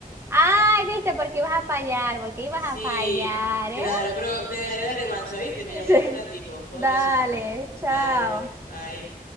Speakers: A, on the right (about 15°); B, on the left (about 70°).
A: Ay, viste, porque ibas a fallar, porque ibas
B: Sí,
A: a fallar, ¿eh?
B: claro, pero te daré la revancha, ¿viste? Me
A: <laughs>
B: llamáis
A: Sí.
B: en un ratico, cuando
A: Dale,
B: me desocupe.
A: chao.
B: Dale, pues, bye.